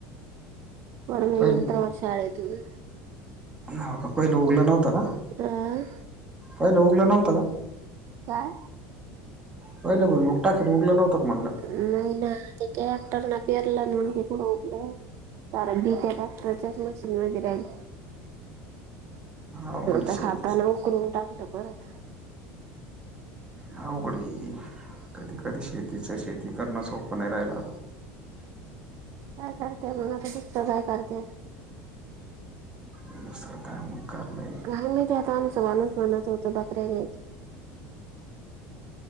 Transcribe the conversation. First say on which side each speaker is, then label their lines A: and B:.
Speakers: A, on the right (about 50°); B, on the right (about 20°).
A: पोरगं येईल
B: पहिले
A: तेव्हा शाळेतून
B: हाव का पहिलं उगलं नव्हतं का
A: अं
B: पहिलं उगलं नव्हतं का
A: काय
B: पहिले बघ मग टाकीेर उगलं नव्हतं म्हणलं
A: नाही ना ते आता ना पेअरला म्हणून कुठ उरलंय सार बी त्या ट्रॅक्टरच्याच मशीन राहील
B: अवघड आहे
A: ता
B: शेती
A: हाताने उकरून टाकलं परत
B: ह उघडी कधी कधी शेतीचं शेती करणं सोपं नाही राहिलं
A: काय करतेय मग आता गुपत काय करते
B: ह दुसर काय मग कारण आहे
A: काही माहित आता आमचं माणूस म्हणत होत बकऱ्या घ्यायचे